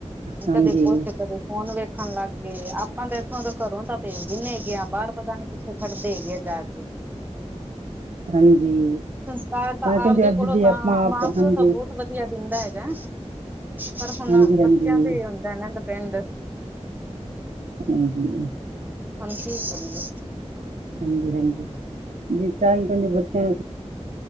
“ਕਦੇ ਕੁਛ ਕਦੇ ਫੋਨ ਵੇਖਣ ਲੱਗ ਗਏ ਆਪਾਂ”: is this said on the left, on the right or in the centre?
Right